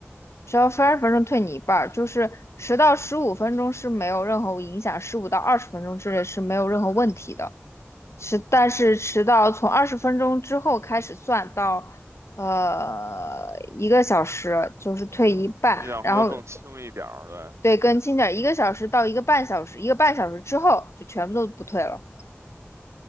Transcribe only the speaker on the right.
你想说更轻一点儿对。